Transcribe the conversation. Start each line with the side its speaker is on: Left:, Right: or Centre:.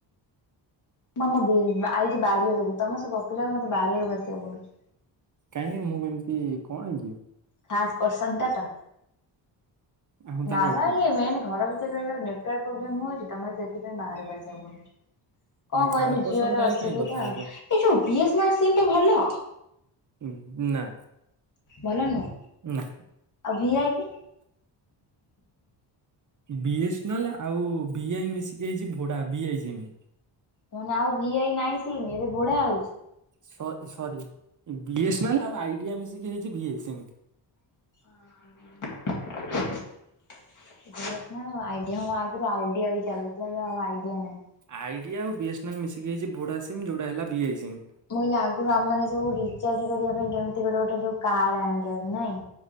Left: ମାମା ବି ଆଇଛି ବାରି ଆଡକୁ ତମ ସ ଗପିଲାକୁ ମତେ ବାରି ବେଳକୁ ଆସିବାକୁ ପଡୁଛି।
Right: କାହିଁକି ମୁଁ କେମିତି କଣ ହେଇଛି?
Left: ଖାସ ପର୍ସନ ଟା ତ
Right: ଆ ମୁଁ ତାହେଲେ
Left: ନାବା
Right: ରଖୁଛି।
Left: ଇଏ ମନ୍ ଘର ଭିତ ନେଟୱର୍କ ପ୍ରୋବ୍ଲେମ ହଉଛି ତ ମୋତେ ସେଥିପାଇ ବାହାରକୁ ଆସିବାକୁ ପଡୁଛି। କଣ
Right: ଥାର୍ଡ
Left: କହିବି
Right: ପର୍ସନ
Left: ଜିଓ ର
Right: ସାଙ୍ଗେ
Left: ଅସୁବିଧା
Right: କାହିଁ କଥା ହଉଛ?
Left: ଏ ଯୋଉ B S N L sim ଟା ଭଲ?
Right: ହଁ ନା।
Left: ଭଲ ନୁହଁ।
Right: ନା।
Left: ଆଉ ଭଆଇପି?
Right: ବିସ୍ନାଲ୍ ଆଉ ବିଆଇ ମିଶିକି ହେଇଛି ଭଡା ବିଇ ସିମ
Left: ମାନେ ଆଉ ଭିଆଇ ନାହିଁ ସିମ୍ ଏବେ ଭୋଡା ହଉଛି।
Right: ସ ସରି ବିଏସ୍ନାଲ ଆଉ ଆଇଡ଼ିଆ ମିଶିକି ହେଇଛି ଭିଆଇ ସୀମ୍
Left: ହଁ। ଆଇଡିଆ ହଁ ଆଗରୁ ଆଇଡିଆ ବି ଚାଲୁଥିଲା ଏବେ ଆଉ ଆଇଡିଆ ନାଇଁ।
Right: ଆଇଡିଆ ଆଉ ବିଏସ୍ନାଲ୍ ମିଶିକି ହେଇଛି ବୋଡ଼ା ସିମ୍ ଯେଉଟା ହେଲା ବି ଆଇ ସିମ୍।
Left: ମୁଁ କହିଲି ଆଗରୁ ଆମ ମାନେ ସବୁ ରିଚାର୍ଜ କରିବା ପାଇଁ କେମିତି ଗୋଟେ ଗୋଟେ ଯୋ କାର୍ଡ ଆଣିକି ଆସୁ ନାଇଁ?